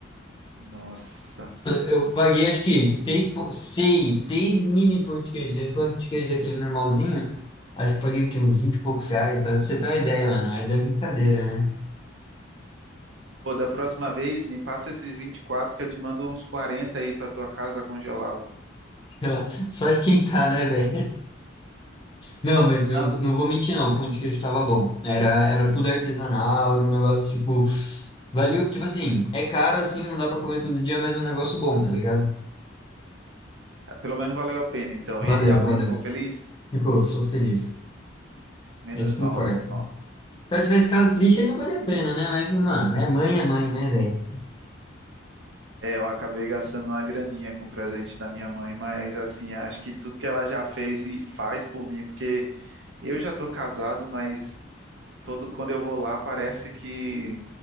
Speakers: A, on the right; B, on the left.
A: Nossa.
B: Eu paguei, acho que, seis, pão- seis, seis mini pão de queijo, seis pão de queijo daquele normalzinho, acho que paguei, o quê, uns 20 e poucos reais, sabe? Pra você ter uma ideia, mano, mas é brincadeira, né?
A: Pô, da próxima vez, me passa esses vinte e quatro que eu te mando uns quarenta aí pra tua casa congelado.
B: <laughs> Só esquentar, né, velho? Não, mas eu
A: Ah,
B: não vou mentir, não, o pão de queijo tava bom. Era, era tudo artesanal, era um negócio, tipo, valeu, tipo assim, é caro, assim, não dá pra comer todo dia, mas é um negócio bom, tá ligado?
A: pelo menos valeu a pena, então.
B: Valeu,
A: E, e a mãe
B: valeu.
A: ficou feliz?
B: Ficou, ficou feliz.
A: Menos
B: É isso que
A: mal,
B: importa.
A: menos
B: Se
A: mal.
B: eu tivesse ficado triste, aí não vale a pena, né? Mas, mano, é mãe é mãe, né, velho?
A: É, eu acabei gastando uma graninha com o presente da minha mãe, mas assim, acho que tudo que ela já fez e faz por mim, porque eu já tô casado, mas todo quando eu vou lá parece que